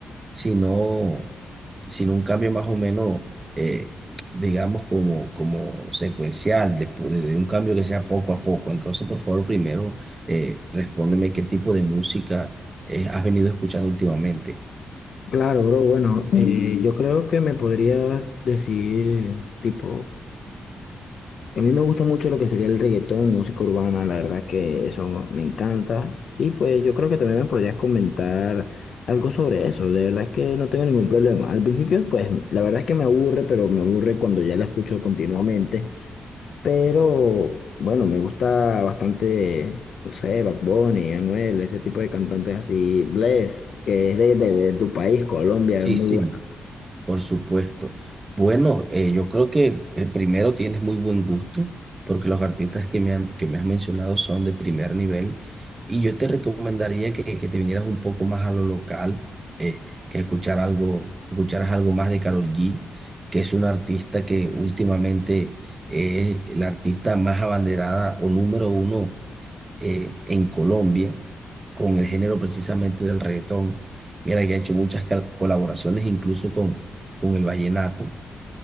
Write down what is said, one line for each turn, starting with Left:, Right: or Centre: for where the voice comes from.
Right: sino, sino un cambio más o menos, eh, digamos, como, como secuencial, de, po- de un cambio que sea poco a poco. Entonces, por favor, primero, eh, respóndeme qué tipo de música, eh, has venido escuchando últimamente.
Left: Claro, bro, bueno, eh, yo creo que me podrías decir, tipo, a mí me gusta mucho lo que sería el reggaetón, música urbana, la verdad es que eso me encanta. Y pues yo creo que también me podrías comentar algo sobre eso, de verdad es que no tengo ningún problema. Al principio, pues, la verdad es que me aburre, pero me aburre cuando ya la escucho continuamente. Pero bueno, me gusta bastante, no sé, Bad Bunny, Anuel, ese tipo de cantantes así. Bless, que es de, de- de tu país, Colombia,
Right: Sí,
Left: es muy
Right: sí,
Left: bueno.
Right: por supuesto. Bueno, eh, yo creo que eh, primero tienes muy buen gusto, porque los artistas que me han, que me has mencionado son de primer nivel, y yo te recomendaría que, que te vinieras un poco más a lo local, eh, que escuchar algo, escucharas algo más de Karol G, que es una artista que últimamente es la artista más abanderada o número uno eh, en Colombia con el género precisamente del reggaetón. Mira que ha hecho muchas cal- colaboraciones incluso con, con el vallenato.